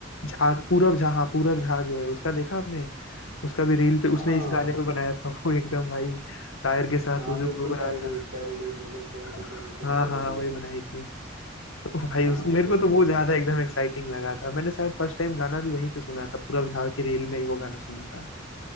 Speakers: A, on the left; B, on the right.
A: झा पूरब झा हाँ पूरब झा जो है उसका देखा आपने उसका भी रील पे उसने
B: हाँ
A: इस गाने पे बनाया था वो एकदम भाई टायर के साथ
B: हाँ
A: वो जो
B: बिल्कुल
A: घूम रहा
B: पैरोडी
A: था
B: पैरोडी बिल्कुल सेम
A: हाँ
B: टू सेम उसकी
A: हाँ
B: तरह कर
A: हाँ,
B: दिया
A: वही बनाई थी तो भाई
B: हाँ
A: उस मेरे
B: देखा
A: को तो वो
B: था मैंने
A: ज्यादा एकदम एक्साइटिंग लगा था मैंने शायद फर्स्ट टाइम गाना भी वहीं पे सुना था पूरा झाड़ के रील में ही वो गाना सुना था